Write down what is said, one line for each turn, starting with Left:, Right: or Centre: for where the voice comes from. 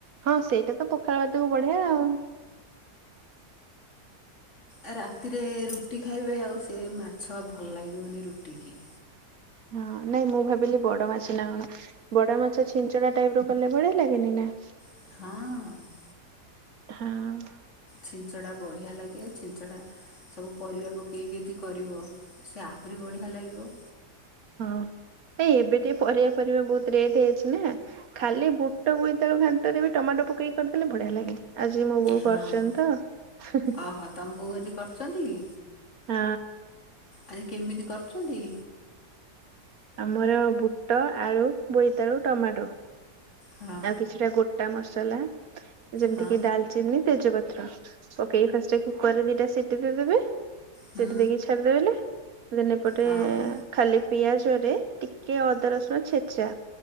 Right: ହଁ ସେଇଟା ତ ପଖାଳ ଭାତକୁ ବଢିଆ ଆଉ।
Left: ଆ ରାତିରେ ରୁଟି ଖାଇବେ ଆଉ ସେ ମାଛ ଭଲ ଲାଗିବନି ରୁଟି କି।
Right: ହଁ ନାଇଁ ମୁଁ ଭାବିଲି ବଡ଼ ମାଛ ନା କଣ। ବଡ଼ମାଛ ଛିଞ୍ଚଡା଼ ଟାଇପର କଲେ ବଢ଼ିଆ ଲାଗେନି ନା।
Left: ହଁ।
Right: ହାଁ ଉ।
Left: ଛିଞ୍ଚଡାବଢ଼ିଆ ଲାଗେ, ଛିଞ୍ଚ ଡା ସବୁ ପରିବା ପକେଇକି ଯଦି କରିବ ସେ ଆହୁରି ବଢ଼ିଆ ଲାଗିବ।
Right: ହଁ ନା‌ ଏବେ ଟିକେ ପରିବା ଫରିବା ବହୁତ ରେଟ୍ ହେଇଛି ନା। ଖାଲି ବୁଟ, ବୋଇତାଳୁ ଘାଣ୍ଟରେ ବି ଟମାଟୋ ପକେଇ କରିଦେଲେ ବଢିଆ ଲାଗେ। ଆଜି ମୋ ବୋଉ
Left: ହଁ
Right: କରୁଚନ୍ତି ତ ହୁଁ ହୁଁ।
Left: ଓହୋ ତମ ବୋଉ ଆଜି କର ଚନ୍ତି କି?
Right: ହଁ।
Left: ଆରେ କେମିତି କରୁଛନ୍ତି?
Right: ଆମର ବୁଟ, ଆଳୁ, ବୋଇତାଳୁ, ଟମାଟୋ
Left: ହଁ
Right: ଆଉ କିଛିଟା ଗୋଟା ମସଲା, ଯେମିତିକିି
Left: ହଁ
Right: ଡାଲଚିନି ତେଜପତ୍ର ପକେଇକି ଫାଷ୍ଟ କୁକର ରେ ଦିଟା ସିଟି ଦେଇ ଦେବେ
Left: ହୁଁ
Right: ସେଠି ଦେଇକି ଛାଡ଼ିଦେବେଲେ ଦେନ୍ ଏପଟେ
Left: ହଁ
Right: ଖାଲି ପିଆଜ ରେ ଟିକେ ଅଦା ରସୁଣ ଛେଚା